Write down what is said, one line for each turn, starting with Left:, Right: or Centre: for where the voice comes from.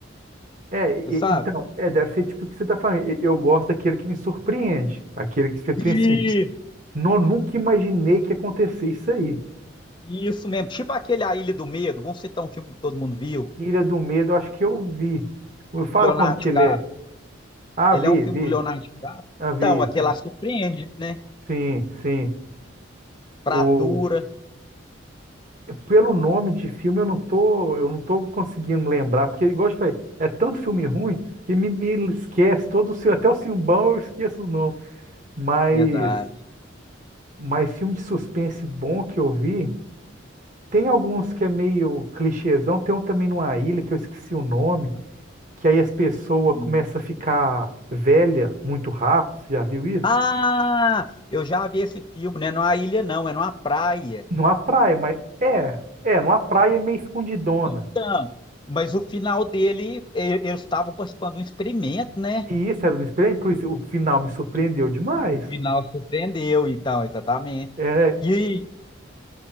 Right: É, e-
Left: Você sabe?
Right: então, é, deve ser tipo o que você tá falando. E- Eu gosto daquele que me surpreende. Aquele que você pensa
Left: Isso,
Right: assim, não, nunca imaginei que ia acontecer isso aí.
Left: isso mesmo. Tipo aquele A Ilha do Medo. Vamos citar um filme que todo mundo viu.
Right: Ilha do Medo, eu acho que eu vi. Fala
Left: Leonardo
Right: como que
Left: DiCaprio.
Right: ele é. Ah,
Left: Ele
Right: vi,
Left: é um filme
Right: vi.
Left: do Leonardo DiCaprio.
Right: Ah,
Left: Então,
Right: vi.
Left: aquele
Right: Ah,
Left: lá surpreende, né?
Right: sim, sim. O...
Left: Fratura.
Right: Pelo nome de filme eu não tô, eu não tô conseguindo lembrar, porque igual eu te falei, é tanto filme ruim que me, me esquece todo o filme, até o filme bom eu esqueço os nomes. Mas,
Left: Verdade.
Right: mas filme de suspense bom que eu vi, tem alguns que é meio clichêzão, tem um também numa ilha que eu esqueci o nome,
Left: Uhum.
Right: que aí as pessoas
Left: Hum.
Right: começam a ficar velha muito rápido, você já viu isso?
Left: Ah, eu já vi esse filme, né? Não é uma ilha, não, é numa praia.
Right: Numa praia, mas é, é, numa praia é meio escondidona.
Left: Então, mas o final dele, e- eles estavam participando de um experimento, né?
Right: E isso era um espelho, por isso o final me surpreendeu demais.
Left: O final surpreendeu, então, exatamente.
Right: É,
Left: E